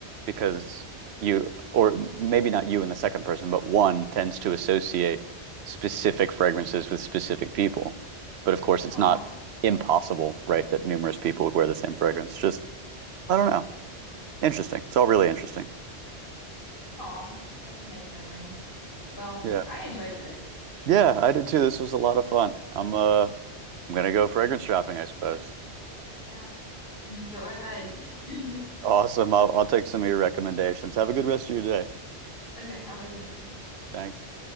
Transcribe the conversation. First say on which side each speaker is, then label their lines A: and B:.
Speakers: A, on the right (about 70°); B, on the left (about 55°).
A: because you or maybe not you in the second person, but one tends to associate specific fragrances with specific people. But of course
B: Aw.
A: it's not impossible, right, that numerous people would wear the same fragrance. Just I don't know. Interesting. It's all
B: Yeah.
A: really interesting.
B: Aw, that's a nice memory. Well,
A: Yeah.
B: I enjoyed this.
A: Yeah, I did too. This was a lot of fun. I'm uh I'm gonna go fragrance shopping, I suppose.
B: Yeah, go ahead. <laughs>
A: Awesome. I'll, I'll take some of your recommendations. Have a good rest of your day.
B: Okay, have a good one.
A: Thanks.